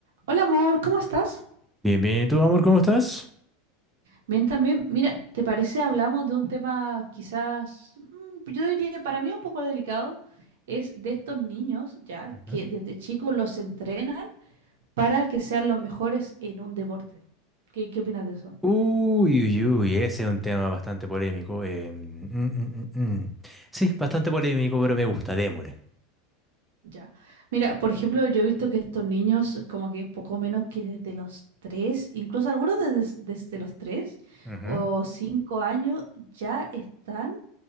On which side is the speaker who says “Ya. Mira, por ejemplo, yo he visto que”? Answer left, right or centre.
Right